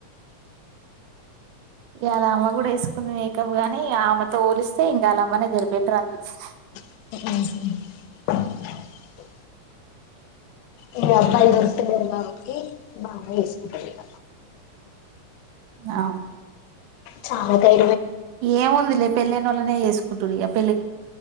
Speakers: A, on the right; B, on the left.
A: ఇ అల్ల అమ్మ కూడా వేసుకుంది మేకప్ గాని అమెతో పోలిస్తే ఇంగళ్ళవ్వనే జెరి బెటారనిపిిచ్
B: హు మ్ మ్ ఇ మైలు దొరికుత లేరు కాబట్టి బానే చేసుకుంటాడు ఇగ
A: ఆ
B: చానకా ఇరవై
A: ఎం ఉందిలే పెలైనోళ్లనే చేేస్ కుటుండి గప్